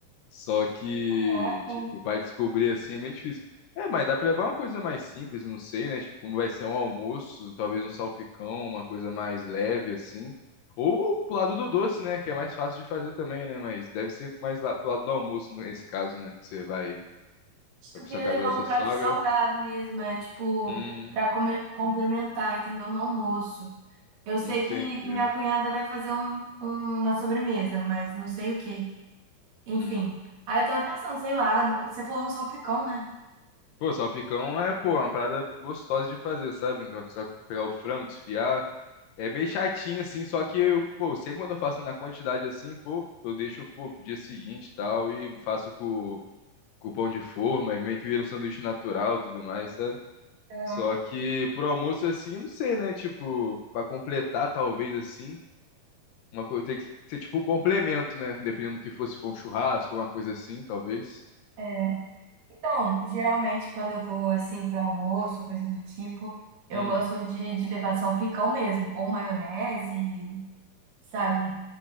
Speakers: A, on the left (about 80°); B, on the right (about 70°).
A: Só que,
B: caraca.
A: tipo, vai descobrir assim é meio difícil. É, mas dá pra levar uma coisa mais simples, não sei, né? Tipo, como vai ser um almoço, talvez um salpicão, uma coisa mais leve, assim. Ou pro lado do doce, né? Que é mais fácil de fazer também, né? Mas deve ser mais lá, pro lado do almoço, nesse caso, né? Que você vai,
B: Acho que
A: vai
B: eu
A: pra
B: queria
A: sua casa
B: levar
A: da sua
B: um prato
A: sogra.
B: salgado mesmo, é tipo,
A: Hum,
B: pra come- complementar, entendeu? No almoço. Eu sei
A: entendi.
B: que, que minha cunhada vai fazer um- um, uma sobremesa, mas não sei o quê. Enfim.
A: Hum.
B: Aí eu tava pensando, sei lá, no- você falou um salpicão, né?
A: Pô, salpicão é, pô, uma parada gostosa de fazer, sabe? Só pegar o frango, desfiar. É meio chatinho, assim, só que eu, pô, sempre quando eu faço na quantidade assim, pô, eu deixo, pô, pro dia seguinte e tal, e faço com, com pão de forma, e meio que vira um sanduíche natural e tudo mais, sabe?
B: É,
A: Só que pro almoço, assim, eu não sei, né? Tipo, pra completar, talvez, assim, uma coisa tem que ser tipo um complemento, né? Dependendo do que fosse, se for um churrasco, uma coisa assim, talvez.
B: é. Então, geralmente quando eu vou assim para almoço, coisa do tipo, eu
A: Hum.
B: gosto de, de levar salpicão mesmo, ou maionese, sabe?